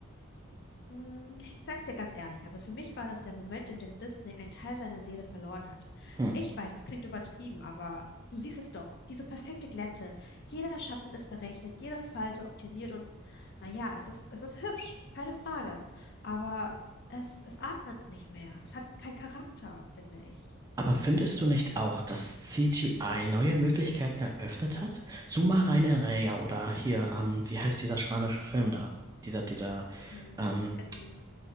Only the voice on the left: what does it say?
Mm, Ich sag's dir ganz ehrlich, also für mich war das der Moment, in dem Disney einen Teil seiner Seele verloren hat.
Ich weiß, das klingt übertrieben, aber du siehst es doch, diese perfekte Glätte. Jeder Schatten ist berechnet, jede Falte optimiert und naja, es ist, es ist hübsch, keine Frage. Aber es, es atmet nicht mehr. Es hat keinen Charakter, finde ich.
Mm,
In